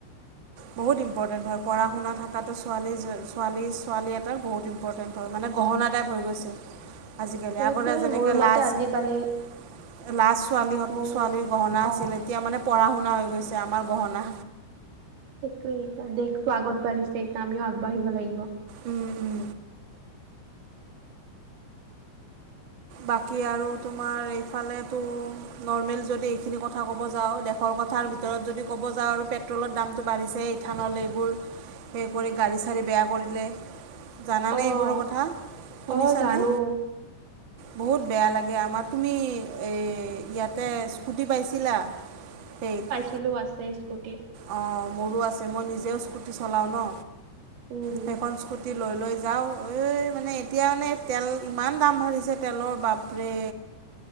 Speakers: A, on the right; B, on the right.
A: বহুত ইম্পৰ্টেণ্ট হয় পঢ়া শুনা থকাটো ছোৱালী ছোৱালী ছোৱালী এটাৰ বহুত ইম্পৰ্টেণ্ট মানে গহনা তাইপ হৈ গৈছে আাজি কালি
B: সেইটোৱে
A: আগতে যেনেকে
B: মোৰ মতে
A: লাষ্ট
B: আজিকালি
A: লাষ্ট ছোৱালী হত
B: মোৰ
A: ছোৱালীৰ গহনা
B: অ'
A: আছিল এতিয়া মানে পঢ়া শুনা হৈ গৈছে আমাৰ গহনা
B: সেইটোৱে এতিয়া দেশটো আগত বাঢ়িছে এতিয়া আমিও আগবাঢ়িব লাগিব
A: উম উম বাকী আৰু তোমাৰ এইফালেতো নৰ্মেল যদি এইখিনি কথা ক'ব যাওঁ দে শৰ কথাৰ ভিতৰত যদি ক'ব যাওঁ আৰু পেট্ৰলৰ দামটো বাঢ়িছে ইথানলে এইবোৰ সেই কৰি গাড়ী চাড়ী বেয়া কৰিলে জানানে
B: অ',
A: এইবোৰৰ কথা শুনিছানে
B: অ', জানো
A: বহুত বেয়া লাগে আমাৰ তুমি এই ইয়াতে স্কুটি পাইছিলা সেইত
B: ছিলো আছে স্কুটি
A: অঁ মোৰো আছে মই নিজেও স্কুটি চলাওঁ ন
B: উম,
A: সেইখন স্কুটি লৈ লৈ যাওঁ এই মানে এতিয়া মানে তেল ইমান দাম বাঢ়িছে তেলৰ বাপৰে